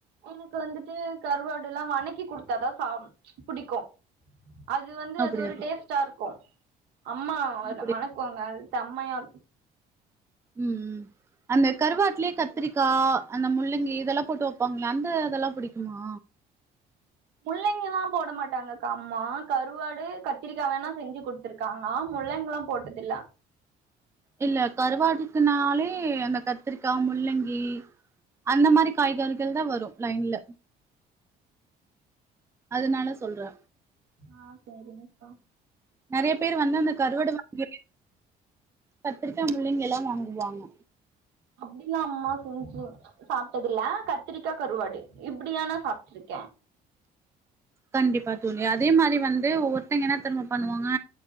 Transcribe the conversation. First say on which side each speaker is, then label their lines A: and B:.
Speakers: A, on the right; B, on the right.
A: எனக்கு வந்துட்டு கருவாடு எல்லா வணக்கி குடுத்தா தா சாப் புடிக்கு அது வந்து
B: அப்டியா
A: அது ஒரு
B: தோழி
A: டேஸ்ட்டா இருக்கு கோ அம்மா
B: அப்டி
A: மணக்குவாங்க அ செம்மையா
B: உம் அந்த கருவாடலயே கத்திரி க்கா அந்த முள்ளங்கி இதெல்லா போட்டு வைப்பாங்களா அந்த இதெல்லா பிடிக்குமா
A: முள்ளங்கல்லா போட மாட்டாங்கக்கா அம்மா கருவாடு கத்திரிக்காய் வேணா செஞ்சு குடுத்துருக்காங்க முள்ளங்க எல்லா போட்டதல
B: இல்ல கருவாட்டுக்குனாலே அந்த கத்திரிக்கா முள்ளங்கி அந்த மாரி காய்கறிகள் தா வரும் லைன்ல அதனால சொல்றே
A: ஆஹ் சரிரி நீக்கா
B: நெறைய பேர் வந்து அந்த கருவடு வாங்க கத்திரிக்காய் முள்ளிங்கல்லா வாங்குவாங்க
A: அப்டில்லா அம்மா செஞ்சு சாப்ட்டதில்ல கத்திரிக்கா கருவாடு இப்படியானா சாப்ட்டுருக்க
B: கண்டிப்பா தொலி அதே மாரி வந்து ஒவ்வொருத்தங்க என்ன தெருமா பண்ணுவாங்க